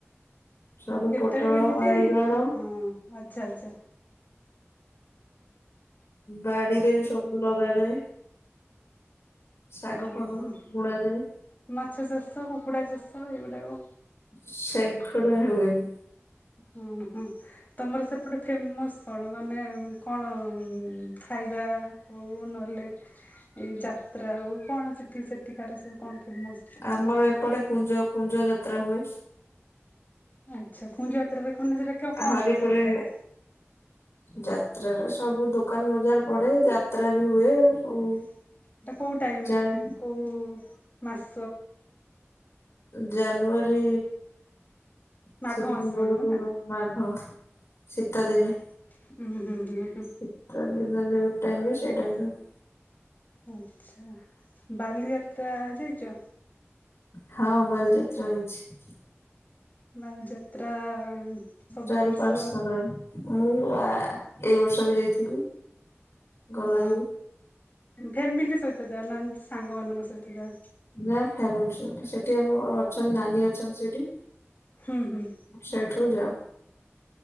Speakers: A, on the left; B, on the left.
A: ସବୁ
B: କେତେବେଳେ
A: ପୋଟଳ
B: କେମିତି
A: ବାଇଗଣ
B: ହଁ ଆଛା ଆଛା।
A: ବାଡିରେ ସବୁ ଲଗାଯାଏ। ଶାଗ
B: ଓହୋ
A: ଫାଗ ସବୁ ବୁଣାଯାଏ।
B: ମାଛ ଚାଷ କୁକୁଡା ଚାଷ ଏଗୁଡାକ
A: ସେଗୁଡା ହୁଏନି।
B: ହୁଁ ହୁଁ ତମର ସେପଟେ ଫେମସ କଣ ମାନେ କଣ ଖାଇ ଖାଇବା ହଉ ନହେଲେ ଏଇ ଯାତ୍ରା ହଉ କଣ ସେଠି ସେଠିକାର ସବୁ କଣ ଫେମସ୍?
A: ଆମର ଏପଟେ କୁଞ୍ଜ କୁଞ୍ଜ ଯାତ୍ରା ହୁଏ।
B: ଆଚ୍ଛା କୁଞ୍ଜ ଯାତ୍ରା ଦେଖୁନ ସେଟା କଣ
A: ହରିପୁରେ
B: ହୁଏ ଯାତ୍ରାରେ?
A: ଯାତ୍ରାରେ ସବୁ ଦୋକାନ ବଜାର ପଡେ ଯାତ୍ରା ବି ହୁଏ। ସବୁ
B: ସେଟା କୋଉ ଟାଇମ
A: ଜାନ
B: ରେ ହୁଏ କୋଉ ମାସ
A: ଜାନୁଆରୀ <unintelligible>
B: ମାଘ ମାସ
A: ହଁ
B: ବେଳକୁ ନା?
A: ଶୀତ
B: ହୁଁ
A: ଦିନେ।
B: ହୁଁ ହୁଁ ହୁଁ।
A: ଶୀତ ଦିନ ଯୋଉ ଟାଇମ ସେ ଟାଇମ ରେ ହୁଏ।
B: ଆଛା ବାଲିଯାତ୍ରା ଯାଇଛ।
A: ହଁ ବାଲିଯାତ୍ରା ଯାଇଛି।
B: ବାଲିଯାତ୍ରା ସବୁ
A: ଚାରି
B: ବର୍ଷ
A: ପାଞ୍ଚ ଥର ମୁଁ ଏଇ ବର୍ଷ ବି ଯାଇଥିଲି। ଗଲା
B: ହଁ
A: ଯୋଉ
B: ଫ୍ୟାମିଲି ସହିତ ଯାଉନାହାନ୍ତି ସାଙ୍ଗ ମାନଙ୍କ ସହିତ। ଯାଅ?
A: ନା ଫ୍ୟାମିଲୀ ସହିତ ସେଠି ଆମ ଅଛନ୍ତି ନାନୀ ଅଛନ୍ତି ସେଠି
B: ହୁଁ ହୁଁ
A: ସେଇଠୁ ଯାଉ।